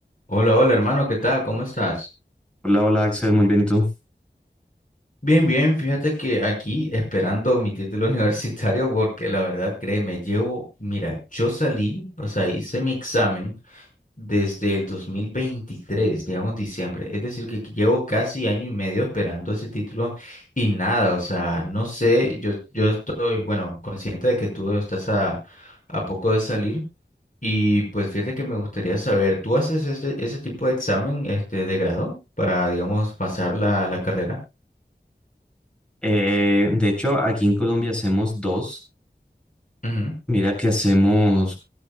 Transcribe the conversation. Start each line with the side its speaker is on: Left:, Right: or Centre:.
Left: Hola, hola hermano, ¿qué tal? ¿Cómo estás?
Centre: Hola, hola Axel, muy bien, ¿y tú?
Left: Bien, bien, fíjate que aquí esperando mi título <laughs> universitario porque la verdad, créeme, llevo, mira, yo salí, o sea, hice mi examen desde el 2023, digamos diciembre, es decir, que llevo casi año y medio esperando ese título y nada, o sea, no sé, yo, yo estoy, bueno, consciente de que tú estás a, a poco de salir. Y pues fíjate que me gustaría saber, ¿tú haces este, ese tipo de examen este, de grado para, digamos, pasar la, la carrera?
Centre: Eh, de hecho, aquí en Colombia hacemos dos.
Left: Ujú,
Centre: Mira que hacemos,